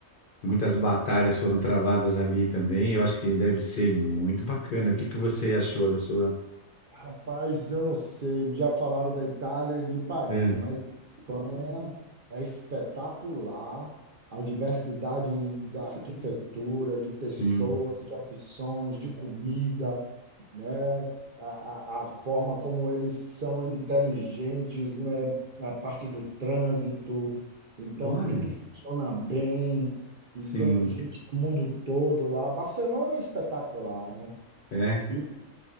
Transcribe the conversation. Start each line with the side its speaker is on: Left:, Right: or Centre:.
Left: Muitas batalhas foram travadas ali também. Eu acho que deve ser muito bacana. O que que você achou da sua?
Right: rapaz, eu não sei, já falaram da Itália e de Paris,
Left: É,
Right: mas Espanha é espetacular. A diversidade da arquitetura, de pessoas,
Left: sim.
Right: de opções, de comida, né? A, a, a forma como eles são inteligentes, né? A parte do trânsito. Então,
Left: Olha,
Right: tudo funciona bem. Então,
Left: sim.
Right: gente do mundo todo lá. Barcelona é espetacular. né?
Left: É.
Right: E,